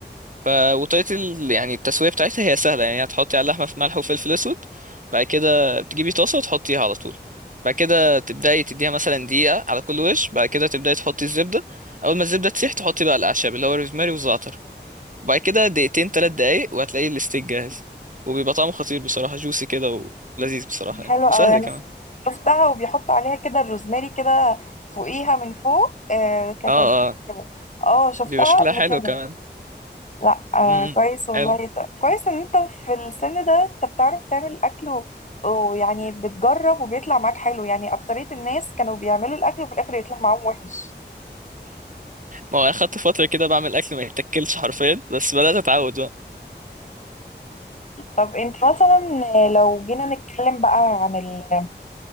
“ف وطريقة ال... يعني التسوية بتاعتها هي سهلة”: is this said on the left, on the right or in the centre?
Right